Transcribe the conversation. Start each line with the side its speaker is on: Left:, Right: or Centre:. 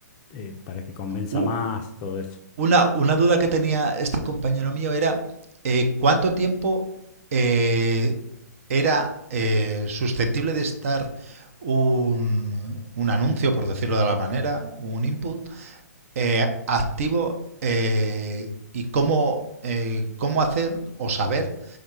Left: eh, para que convenza
Right: U-
Left: más, todo eso.
Right: Una, una duda que tenía este compañero mío era eh, cuánto tiempo eh, era eh, susceptible de estar un, un anuncio, por decirlo de la manera, un input eh, activo eh, y cómo, eh, cómo hacer o saber